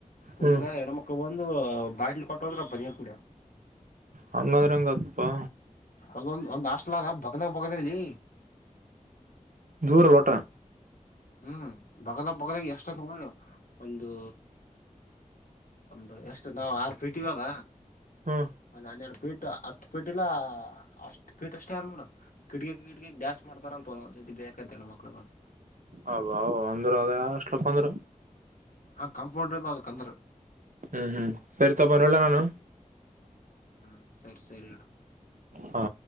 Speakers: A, on the left; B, on the right.
A: ಕುಂತ್ಗ
B: ಹ್ಮ್
A: ಹೆಣ್ಮಕ್ಳು ಬಂದ್ ದು ಬಾಟ್ಲಿ ಕೊಟ್ಟ ಹೋದ್ರ ಅಪ್ಪ ನೀರ್ ಕುಡ್ಯ.
B: ಹಂಗಂದ್ರ ಹಂಗ ಆತಪಾ
A: ಅದೊಂದ್ ಒಂದ್ ಹಾಸ್ಟೆಲ್ಯಾಗ ಬಗದಾ ಬಗದ್ವಲ್ಲಿ.
B: ದೂರ್ ಲೋಟ.
A: ಹ್ಮ್ ಬಗಲ ಬಗಲಗೆ ಎಷ್ಟಂತು ಒಂದು. ಒಂದು ಎಷ್ಟು ನಾವ್ ಆರ್ ಫೀಟ್ ಇವಾಗ
B: ಹ್ಮ್
A: ಒಂದ್ ಹನ್ನೆರ್ಡ್ ಫೀಟ ಹತ್ ಪಿಟೀಲ್ಲ ಅಷ್ಟ್ ಪೀಠ ಅಷ್ಟ ಹರನ್. ಕಿಡಿಕಿ ಕಿಡಿಕ್ ಡ್ಯಾನ್ಸ್ ಮಾಡ್ತಾರ್ ಅಂತ ಒಂದ್ಸತಿ ಬೇಕಂತ ಮಕ್ಳ ಬಂದ್
B: ಅವ್ ಅವ್ ಅಂದ್ರೆ ಅದೆ ಹಾಸ್ಟೆಲಪ್ಪ ಅಂದ್ರ.
A: ಹಾ ಕಾಂಪೌಂಡ್ ಇಲ್ಲ ಅದಕಂದ್ರ
B: ಹ್ಮ್ ಹ್ಮ್ ಸರಿ ತಪ ಬರೋಲ್ಲ ನಾನು.
A: ಹ್ಮ್ ಸರ್ ಸರಿ ಇಡು.
B: ಹಾ